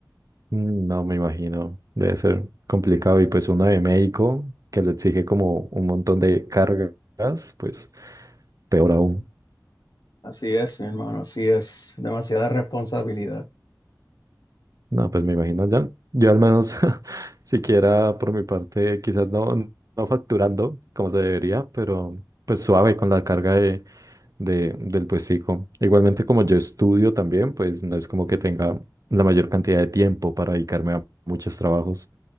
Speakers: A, on the right; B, on the left.
A: Mm, No me imagino, debe ser complicado. Y pues uno de médico que le exige como un montón de cargas, pues peor aún.
B: Así es, mi hermano, así es. Demasiada responsabilidad.
A: No, pues me imagino ya. Yo al menos, <laughs> siquiera por mi parte, quizás no, no facturando como se debería, pero pues suave con la carga de, de- del puestico. Igualmente como yo estudio también, pues no es como que tenga la mayor cantidad de tiempo para dedicarme a muchos trabajos.